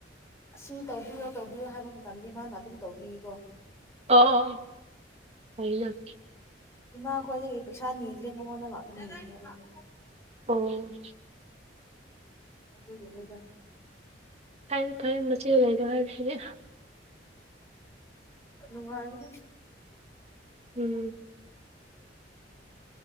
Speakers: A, on the left (about 15°); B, on the right (about 35°).
A: ꯑꯁꯤ ꯇꯧꯕꯤꯌꯣ ꯇꯧꯕꯤꯌꯣ ꯍꯥꯏꯕ ꯃꯇꯝꯗ ꯃꯥꯅ ꯑꯗꯨꯝ ꯇꯧꯕꯤꯀꯣ
B: ꯑꯣ ꯐꯩꯅꯥ
A: ꯏꯃꯥꯈꯣꯏꯗꯒꯤ ꯄꯩꯁꯥ ꯅꯤꯗ꯭ꯔꯦ ꯃꯉꯣꯟꯗ ꯉꯥꯛꯇ ꯅꯤꯔꯅꯦ ꯑꯩꯗꯤ
B: ꯑꯣ
A: ꯑꯗꯨꯒꯤꯅꯤꯗꯥ
B: ꯐꯩ ꯐꯩꯌꯦ ꯃꯆꯦ ꯂꯩꯕ ꯍꯥꯏꯕꯁꯤꯅꯦ
A: ꯅꯨꯡꯉꯥꯏꯕꯅꯦ
B: ꯎꯝ